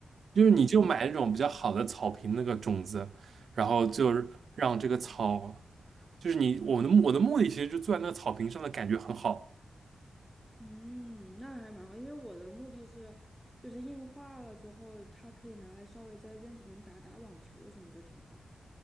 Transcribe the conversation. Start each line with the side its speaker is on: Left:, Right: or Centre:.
Right: 就是你就买那种比较好的草坪那个种子，
Centre: 对，
Right: 然后就是让这个草，就是你我的目我的目的其实就坐在那个草坪上的感觉很好。
Centre: 嗯，那还蛮好，因为我的目的是就是硬化了之后，它可以拿来稍微在院子里面打打网球什么就挺好。